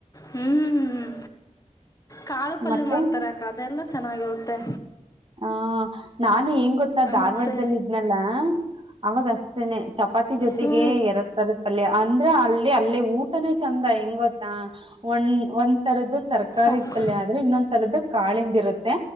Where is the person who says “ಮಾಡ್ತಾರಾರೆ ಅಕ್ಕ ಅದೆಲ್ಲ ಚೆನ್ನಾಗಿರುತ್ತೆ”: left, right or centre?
Left